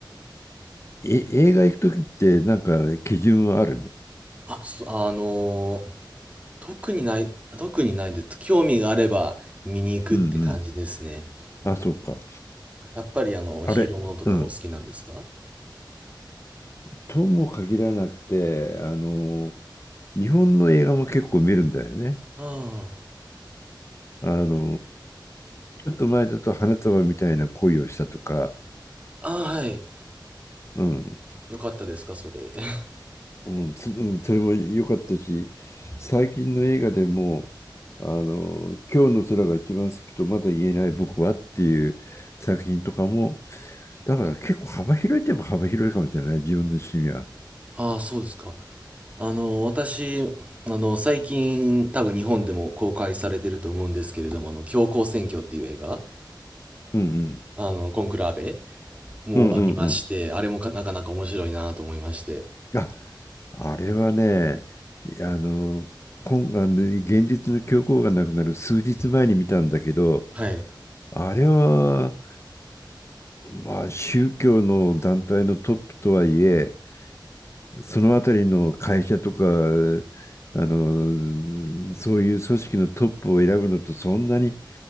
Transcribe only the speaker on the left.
え、映画行くときってなんかね基準はあるの
うんうん。あ、そうか。
あれ、
うん。とも限らなくて、あの、日本の映画も結構見るんだよね。
あの、ちょっと前だと花束みたいな恋をしたとか、
うん、
うん、そうんそれも良かったし、最近の映画でも、あの、今日の空が一番好きとまだ言えない僕はっていう作品とかも、だから結構幅広いといえば幅広いかもしれない、自分の趣味は。
うんうん。
うんうんうん。
あ、あれはね、あの、今あの現実の教皇がなくなる数日前に見たんだけど、
あれは、まあ、宗教の団体のトップとはいえ、そのあたりの会社とか、あの、そういう組織のトップを選ぶのとそんなに